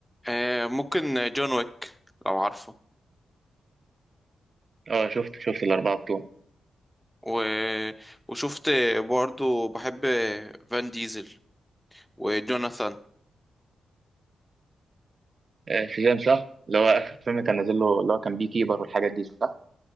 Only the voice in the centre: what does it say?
آه ممكن جون ويك لو عارفه
و... وشفت برضو بحب فان ديزل وجوناثان